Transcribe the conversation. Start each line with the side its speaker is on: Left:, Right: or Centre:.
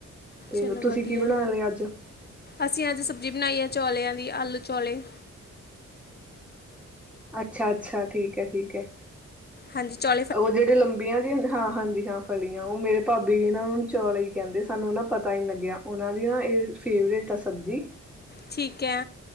Centre: ਤੇ
Left: ਚਲੋ
Centre: ਤੁਸੀਂ
Left: ਵਧੀਆ
Centre: ਕੀ ਬਣਾ ਲਿਆ ਅੱਜ ਅਹ
Left: ਅਸੀਂ ਅੱਜ ਸਬਜ਼ੀ ਬਣਾਈ ਆ ਚੌਲਿਆਂ ਦੀ ਆਲੂ ਚੌਲੇ
Centre: ਅੱਛਾ ਅੱਛਾ ਠੀਕ ਐ ਠੀਕ ਐ
Left: ਹਾਂਜੀ ਚੌ
Centre: ਉਹ ਜਿਹੜੀ ਲੰਬੀਆਂ ਹਾਂ ਹਾਂਜੀ ਹਾਂ ਫਲੀਆਂ ਉਹ ਮੇਰੇ ਭਾਬੀ ਵੀ ਚੌਲ ਈ ਕਹਿੰਦੇ ਸਾਨੂੰ ਨਾ ਪਤਾ ਨੀ ਲੱਗਿਆ ਉਹਨਾਂ ਦੀ ਨਾ ਇਹ ਫੇਵਰੇਟ ਆ ਸਬਜ਼ੀ
Left: ਠੀਕ ਐ